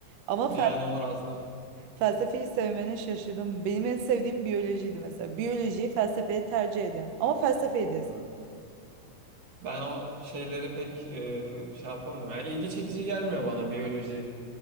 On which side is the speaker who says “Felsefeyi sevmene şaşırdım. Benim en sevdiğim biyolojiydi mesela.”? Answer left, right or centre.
Right